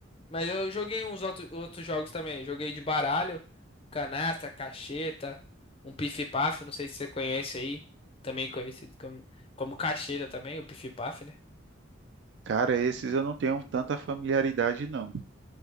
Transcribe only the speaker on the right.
Cara, esses eu não tenho tanta familiaridade não.